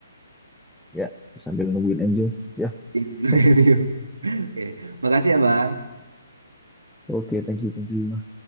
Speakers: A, in the centre; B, on the right.
A: Ya, sambil nungguin MU. Ya,
B: di sebelum
A: <laughs>
B: <laughs> MU oke makasih ya bang
A: oke, thank you, thank you.